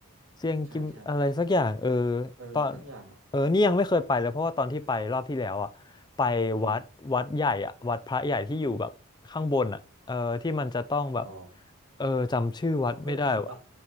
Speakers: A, on the left; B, on the right.
A: เซียงกิมอะไรสักอย่างเออ
B: ใช่ใช่เออสักอย่างอ่ะ
A: ตอนเออนี่ยังไม่เคยไปเลยเพราะว่าตอนที่ไปรอบที่แล้วอ่ะไปวัดวัดใหญ่อ่ะวัดพระใหญ่ที่อยู่แบบข้างบนอ่ะเออที่มันจะต้องแบบ
B: อืมอ๋อ
A: เออจำชื่อวัดไม่ได้ว่ะ
B: ต้องขึ้นแทมปะ